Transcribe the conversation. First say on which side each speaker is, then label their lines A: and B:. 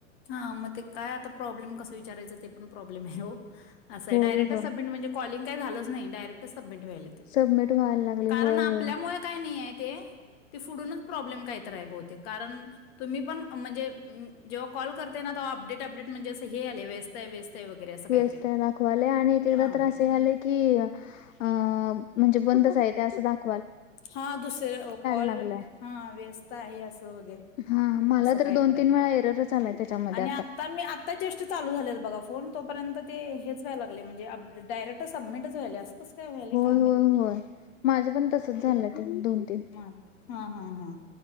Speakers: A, on the left; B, on the left.
A: हा मग ते काय आता प्रॉब्लेम कस विचारायच, ते पण प्रॉब्लेम आहे हो असं
B: होय
A: हाय. डायरेक्ट
B: होय
A: सबमिट म्हणजे काॅलिंग काय झालंच नाही डायरेक्ट सबमीट व्हायलय ते,
B: सबमिट व्हायला लागले
A: कारण
B: होय
A: आपल्यामुळे
B: होय
A: काय नाही हाय ते पुढूनच प्रॉब्लेम कायतर हाय ते बहुतेक कारण, तुम्ही पण म्हणजे जेव्हा कॉल करतय ना तेव्हा अपडेट अपडेट म्हणजे असं हे यायलय व्यस्त आहे व्यस्त आहे वगैरे असं काहीतरी
B: व्यस्त दाखवा लय आणि एक एकदा
A: हा
B: तर असं हे आले की, अ म्हणजे बंदच आहे तेे असं दाख
A: हा दुसरे कॉल
B: लागलाय
A: हा व्यस्त आहे असं. अस वगैरे
B: हा मला
A: अस
B: तर
A: कायतरी
B: दोन तीन
A: हाय
B: वेळा एररच आलाय त्याच्यामध्ये
A: आणि आता मी आता जस्ट चालू झाल्यात बघा फोन तोपर्यंत ते हेच व्हायला लागल्यात अप म्हणजे डायरेक्ट सबमिटच व्हायले असं कस काय व्हायलय
B: होय
A: काय माहीत
B: होय होय. माझं पण तसच झालं ते दोन तीन
A: मग हा हा हा